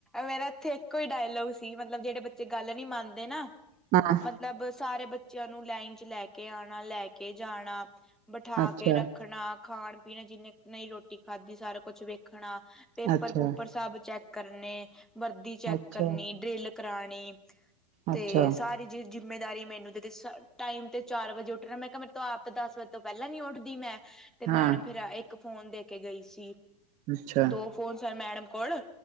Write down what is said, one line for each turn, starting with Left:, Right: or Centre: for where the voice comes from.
Centre: ਮੇਰਾ ਇੱਥੇ ਇੱਕੋ ਹੀ ਡਾਇਲੋਗ ਸੀ ਮਤਲਬ ਜਿਹੜੇ ਬੱਚੇ ਗੱਲ ਨੀ ਮੰਨਦੇ ਨਾ
Right: ਹਾਂ
Centre: ਮਤਲਬ ਸਾਰੇ ਬੱਚਿਆਂ ਨੂੰ ਲਾਈਨ ਚ ਲੈ ਕੇ ਆਣਾ, ਲੈ ਕੇ ਜਾਣਾ। ਬਿਠਾ
Right: ਅੱਛਾ
Centre: ਕੇ ਰੱਖਣਾ, ਖਾਣ-ਪੀਣ ਜਿੰਨੇ ਨਹੀਂ ਰੋਟੀ ਖਾਧੀ ਸਾਰਾ ਕੁਛ ਵੇਖਣਾ। ਪੇਪਰ
Right: ਅੱਛਾ
Centre: ਪੂਪਰ ਸਬ ਚੈੱਕ ਕਰਨੇ, ਵਰਦੀ ਚੈੱਕ
Right: ਅੱਛਾ
Centre: ਕਰਨੀ, ਡਰਿਲ ਕਰਾਣੀ। ਤੇ
Right: ਅੱਛਾ
Centre: ਸਾਰੀ ਜੀ-ਜਿੰਮੇਦਾਰੀ ਮੈਨੂੰ ਦਿੱਤੀ, ਸ ਟਾਈਮ ਤੇ ਚਾਰ ਵਜੇ ਉੱਠਣਾ, ਮੈਂ ਕਿਹਾ ਮੈ ਆਪ ਦਸ ਵਜੇ ਤੋਂ ਪਹਿਲਾਂ ਨੀ ਉੱਠਦੀ ਮੈਂ। ਤੇ ਮੈਡਮ
Right: ਹਾਂ
Centre: ਫੇਰ ਇੱਕ ਫੋਨ ਦੇ ਕੇ ਗਈ ਸੀ,
Right: ਅੱਛਾ
Centre: ਦੋ ਫੋਨ ਸਨ ਮੈਡਮ ਕੋਲ।